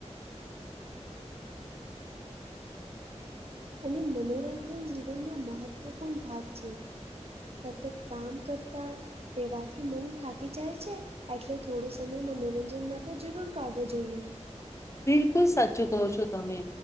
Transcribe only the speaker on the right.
અને મનોરંજન જીવનનો મહત્વપૂર્ણ ભાગ છે. સતત કામ કરતા રહેેવાથી મન થાકી જાય છે. એટલે થોડો સમય મનોરંજન માટેત્ર જરૂર કાઢવો જોઈએ.